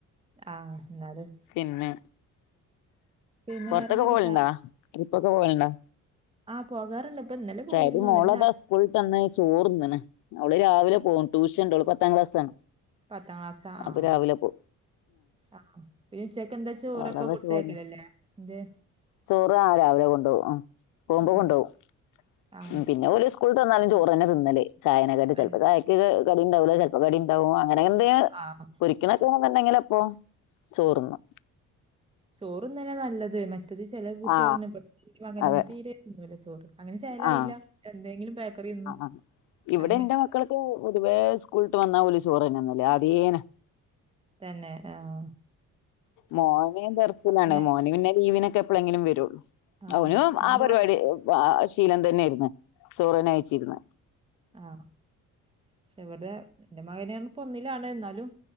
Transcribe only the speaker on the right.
ആഹ് എന്നാലും
പിന്നെ
വേറെന്തൊക്കെ
ആഹ പോകാറുണ്ട് ഇപ്പൊ
ഇന്നലെ പോയിരുന്നു
ഇന്നലെ ഞാ
പത്താം ക്ലാസ്സാ
ആഹ്
ആഹ് പിന്നെ ഉച്ചക്ക് എന്താ ചോറപ്പ
കൊടുത്തയക്കലല്ലേ?
എന്ത്
ഉം
ആഹ്
പെൺ
ആഹ്
ചോറ്ന്നന്നെ <unintelligible> മറ്റത് ചില കുട്ടികളൊന്നും
എന്റെ മകനൊന്നും
തീരെ തിന്നുല ചോറ് ഒന്നും അങ്ങനെ ചെലായില്ല
എന്തെങ്കിലും തിന്നും
അങ്ങനെ
തന്നെ ആഹ
പിന്നെ
ആഹ്
അങ്ങനെപ്പ
ആഹ് പക്ഷെ ഇവടെ എന്റെ മകനെയാണ് ഇപ്പോ ഒന്നിലാണ് എന്നാലും